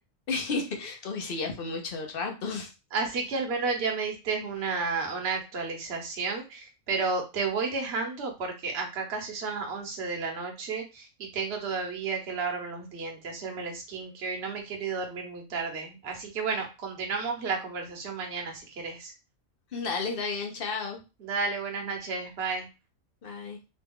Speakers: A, on the left; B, on the right.
A: <laughs> Uy, sí, ya fue mucho rato. <laughs>
B: Así que al menos ya me diste una, una actualización, pero te voy dejando porque acá casi son las 11 de la noche y tengo todavía que lavarme los dientes, hacerme el skincare y no me quiero ir a dormir muy tarde. Así que bueno, continuamos la conversación mañana si quieres.
A: Dale, está bien, chao.
B: Dale, buenas noches, bye.
A: Bye.